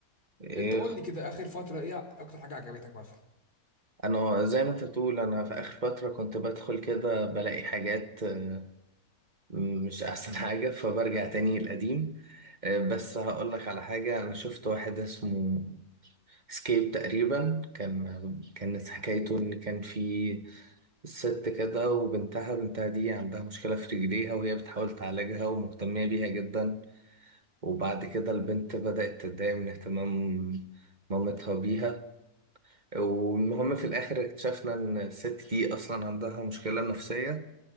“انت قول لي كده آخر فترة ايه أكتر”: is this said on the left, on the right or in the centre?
Left